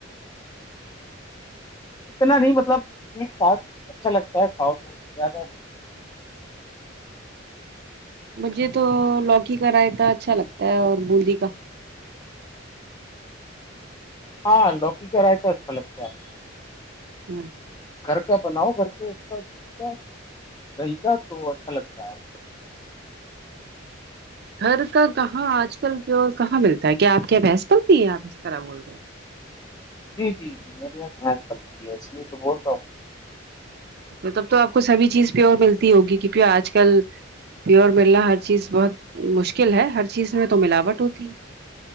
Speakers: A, on the left; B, on the right.
A: اتنا نہیں مطلب ٹھیک ٹھاک اچھا لگتا ہے کھاؤ تو زیادہ نہیں
B: مجھے تو لوکی کا رائےتا اچھا لگتا ہے اور بندی کا
A: ہاں لوکی کرا تو اچھا لگتا ہے <unintelligible>
B: ہاں <unintelligible>
A: گھر کا بناؤ گھر کے اس کا د کا دہ کا تو اچھا لگتا ہے <inaudible> <inaudible>
B: گھر کا کہاں آج کل پ کہاں ملتا ہے کیا آپ کی بحس بلتی ہے آپ اس طرح بول رہے ہو <unintelligible>
A: جی جی جی میرے یہاں بھینس چلتی ہے اس لیے تو بول رہا ہوں
B: مطلب تو آپ کو سبھی چیز پیور ملتی ہوگی کیک آج کل پیور ملنا ہر چیز بہت مشکل ہے ہر چیز میں تو ملاوٹ ہوتی ہے